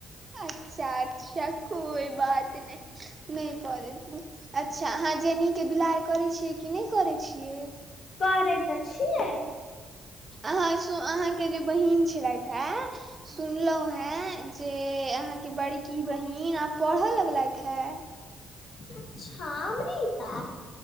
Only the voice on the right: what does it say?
अच्छा-अच्छा कोइ बात नै। नहि पढै छथिन। अच्छा अहाँ जेनीके दुलार करै छियै कि नै करै छियै।
अहाँ सु अहाँके जे बहीन छलथि हे। सुनलहु हें जे अहाँके बड़की बहिन आब पढ़ लगलथि हे।